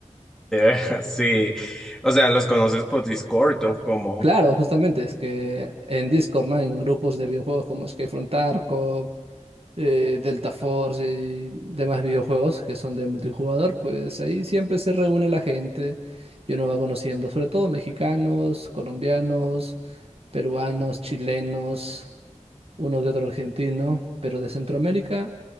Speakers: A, in the centre; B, on the right.
A: Eh, <laughs> Sí, o sea, los conoces por Discord o como...
B: Claro, justamente, es que en Discord, ¿no? En grupos de videojuegos como Skyfront Arco eh, Delta Force y demás videojuegos que son de multijugador, pues ahí siempre se reúne la gente y uno va conociendo, sobre todo mexicanos, colombianos, peruanos, chilenos, uno que otro argentino, pero de Centroamérica